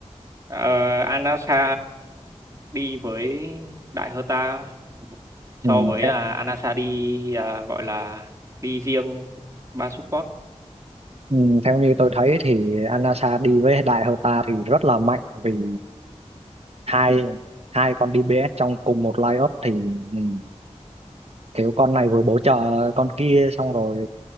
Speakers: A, on the right; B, on the right.
A: ờ, Anasa đi với Đại Herta so
B: ừ,
A: với
B: theo,
A: à, Anasa đi à, gọi là đi riêng ba support
B: ừ, theo như tôi thấy thì Anasa đi với đại Herta thì rất là mạnh vì hai hai con DPS trong cùng một lineup thì ừ, kiểu con này vừa bổ trợ con kia xong rồi